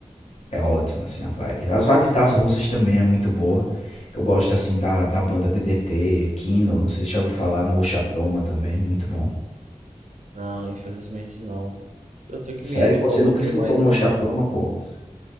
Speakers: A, on the left; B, on the right.
A: é ótimo, assim, a vibe. As vibes das russas também é muito boa. Eu gosto, assim, da, da banda DDT, Kino, não sei se já ouviu falar, Mouchatoma também, muito bom.
B: Não, infelizmente não. Eu tenho que
A: Sério
B: me educar
A: que você
B: um pouquinho
A: nunca escutou
B: mais
A: Mochadoma,
B: em
A: pô?